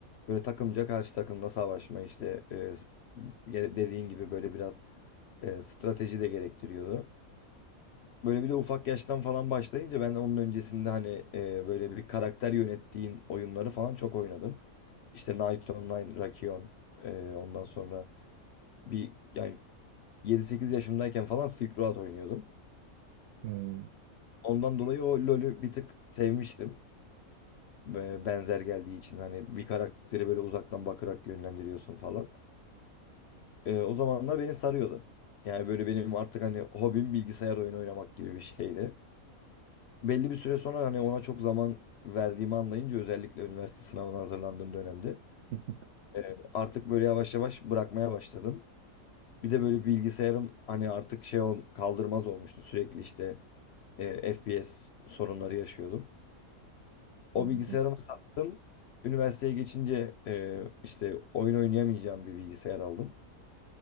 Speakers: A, on the left; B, on the right.
A: böyle takımca karşı takımda savaşma işte e, s- ya dediğin gibi böyle biraz e, strateji de gerektiriyordu. Böyle bir de ufak yaştan falan başlayınca ben onun öncesinde hani e, böyle bir karakter yönettiğin oyunları falan çok oynadım. İşte Knight Online, Rakion, e, ondan sonra bir yani 7-8 yaşımdayken falan Silk Road oynuyordum.
B: hmm,
A: Ondan dolayı o LoL'ü bir tık sevmiştim. Ve Benzer geldiği için hani bir karakteri böyle uzaktan bakarak yönlendiriyorsun falan. E, o zamanlar beni sarıyordu. Yani böyle benim artık hani hobim bilgisayar oyunu oynamak gibi bir şeydi. belli bir süre sonra hani ona çok zaman verdiğimi anlayınca özellikle üniversite sınavına hazırlandığım dönemde
B: <laughs>
A: e, artık böyle yavaş yavaş bırakmaya başladım. Bir de böyle bilgisayarım hani artık şey ol, kaldırmaz olmuştu sürekli işte e, FPS sorunları yaşıyordum.
B: Anladım.
A: O bilgisayarımı sattım. Üniversiteye geçince e, işte oyun oynayamayacağım bir bilgisayar aldım.